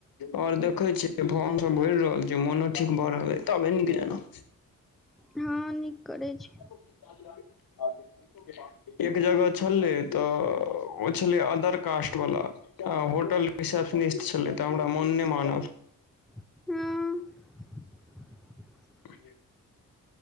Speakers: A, on the left; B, in the centre.
A: आओर देखै छियै फोन सऽ भड़ि रहल छै मोनो ठीक भऽ रहलै तबे नीक जना
B: हँ नीक करै छी
A: <unintelligible> एक जगह छलै तऽ ओ छलै अदर कास्ट वाला आ होटल रिसेप्शनिस्ट छलै त हमरा मोन नै मानल
B: हँ
A: <inaudible>